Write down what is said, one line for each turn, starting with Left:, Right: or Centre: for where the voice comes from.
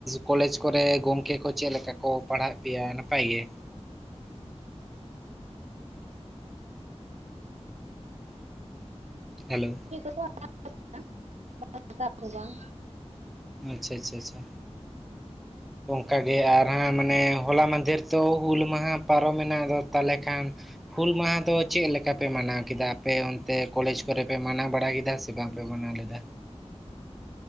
Centre: ᱠᱚᱞᱮᱡᱽ ᱠᱚᱨᱮ ᱜᱚᱝᱠᱮ ᱠᱚ ᱪᱮᱫ ᱞᱮᱠᱟ? ᱠᱚ ᱯᱟᱲᱦᱟᱜᱮᱫ ᱯᱮᱭᱟ ᱱᱟᱯᱟᱭ ᱜᱮ? ᱦᱮᱞᱳ᱾
Right: ᱪᱮᱫ ᱠᱚ <unintelligible> ᱫᱚ ᱵᱟᱝ
Centre: ᱟᱪᱪᱷᱟ ᱟᱪᱪᱷᱟ ᱟᱪᱷᱟ᱾ ᱚᱱᱠᱟᱜᱮ ᱟᱨ ᱦᱚᱸ ᱢᱟᱱᱮ ᱦᱚᱞᱟ ᱢᱟᱟᱦᱫᱷᱮᱨ ᱛᱚ ᱦᱩᱞ ᱢᱟᱦᱟ ᱯᱟᱨᱚᱢᱮᱱᱟ ᱟᱫᱚ ᱛᱟᱦᱚᱞᱮ ᱠᱷᱟᱱ- ᱦᱩᱞ ᱢᱟᱦᱟ ᱫᱚ ᱪᱮᱫ ᱞᱮᱠᱟ ᱯᱮ ᱢᱟᱱᱟᱣ ᱠᱮᱫᱟ ᱟᱯᱮ ᱚᱱᱛᱮ ᱠᱚᱞᱮᱡᱽ ᱠᱚᱨᱮ ᱯᱮ ᱢᱟᱱᱟᱣ ᱵᱟᱲᱟ ᱠᱮᱫᱟ ᱥᱮ᱾ ᱵᱟᱝᱯᱮ ᱢᱟᱱᱟᱣ ᱞᱮᱫᱟ᱾